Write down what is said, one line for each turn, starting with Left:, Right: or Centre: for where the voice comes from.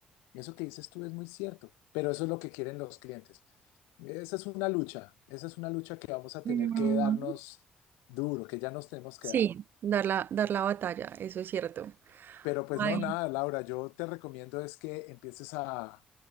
Left: Eso que dices tú es muy cierto, pero eso es lo que quieren los clientes. Esa es una lucha, esa es una lucha que vamos a tener
Right: Mm,
Left: que darnos duro, que ya nos tenemos que
Right: sí.
Left: dar.
Right: Dar la, dar la batalla, eso es cierto.
Left: Pero pues
Right: Ay,
Left: no, nada, Laura, yo te recomiendo es que empieces a,